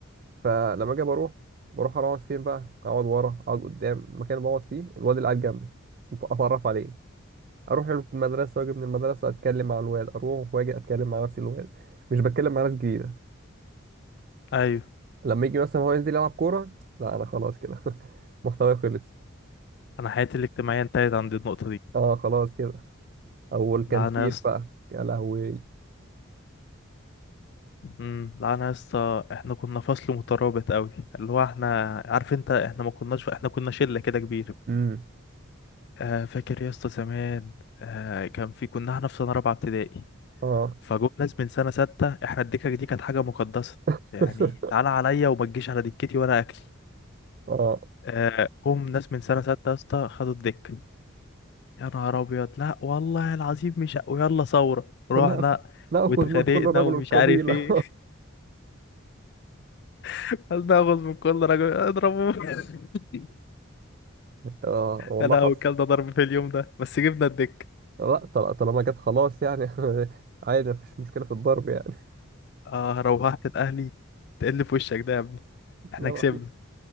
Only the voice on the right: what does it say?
فلما اجي بروح بروح اقعد فين بقى اقعد ورا اقعد قدام المكان اللي بقعد فيه الواد اللي قاعد جنبي اتعرف عليه اروح له المدرسه واجي من المدرسه اتكلم مع الواد اروح واجي اتكلم مع نفس الواد مش بتكلم مع ناس جديده
لما يجي مثلا هو ينزل يلعب كوره لا انا خلاص كده <laughs> محتواي خلص
اه خلاص كده او الكانتين
بقى يا لهوي
امم
اه
<laughs>
اه
نأخذ نأخذ
من كل رجل
قبيلة
<laughs> اه والله
حصل
لا طل- طالما جت خلاص يعني <laughs> عادي مفيش مشكلة في الضرب يعني
<laughs>
لا
ما في